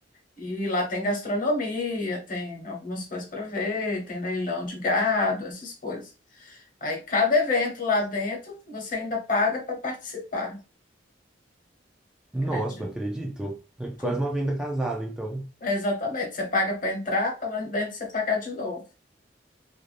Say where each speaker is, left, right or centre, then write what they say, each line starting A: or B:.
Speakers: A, on the left; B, in the centre.
A: E lá tem gastronomia, tem algumas coisas para ver, tem leilão de gado, essas coisas. Aí cada evento lá dentro, você ainda paga para participar,
B: Nossa,
A: acredito.
B: não acredito. É
A: Tudo.
B: quase uma venda casada, então.
A: É, Exatamente. Você paga para entrar, para lá dentro você pagar de novo.